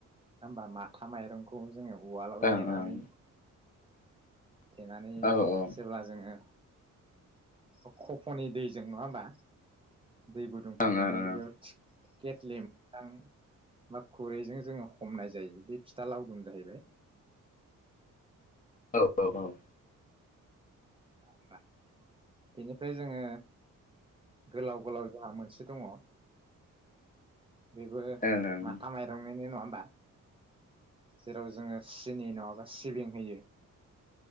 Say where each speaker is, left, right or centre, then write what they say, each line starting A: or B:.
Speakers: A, on the right; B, on the left.
A: होमबा माथा माइरंखौ जोङो। उवालाव
B: ओं
A: देनानै
B: ओं
A: देनानै
B: औ ओं
A: जेब्ला जोङो। ओं <unintelligible> फनि दैजों नङाबा। दै बो दं।
B: ओं
A: फुदुंनानै
B: ओं
A: बेयाव थि। केेटलि मोखां बा खुरैजों जोङो हमनाय जायो बे फिथा लावदुम जाहैबाय।
B: औ औ औ।
A: <unintelligible> बेनिफ्राय जोङो। गोलाव गोलाव जोंहा मोनसे। दङ। बेबो
B: ओं
A: माथा माइरंनिनो नङा। <unintelligible> जेराव जोङो सिनि नङाबा सिबिं होयो।